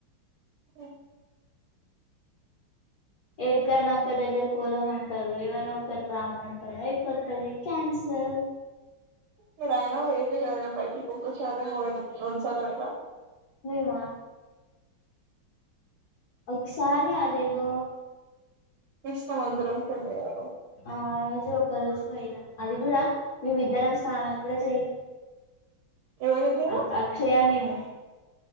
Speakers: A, on the right (about 80°); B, on the left (about 45°).
A: ఓయ్
B: ఎడికైన ఒక్క దగ్గర పోదామంటారు ఎవరు ఒకరు రామంటారు అయిపోతది క్యాన్సిల్ సా
A: మీరయనా వేటిగైన బయటకి కొకసారే బోయినం రెండు సార్లు పోయిర
B: మేమ ఒక్సారి అదేదో
A: కృష్ణ మందిరం
B: ఆ
A: కెళ్ళారు
B: ఆ ఎరోజు ఒకరోజ్ బోయినం అది గూడా మేమిద్దరం స్నానాలు గూడా జేయలే
A: ఎవరిద్దరు
B: అక్ అక్షయా నేను